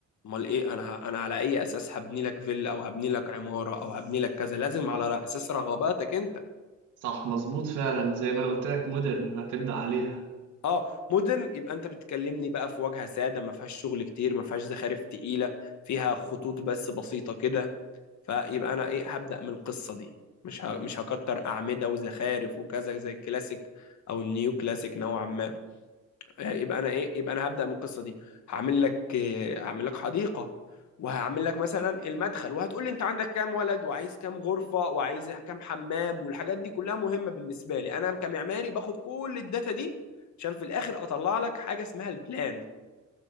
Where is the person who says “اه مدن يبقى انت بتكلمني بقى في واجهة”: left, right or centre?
Left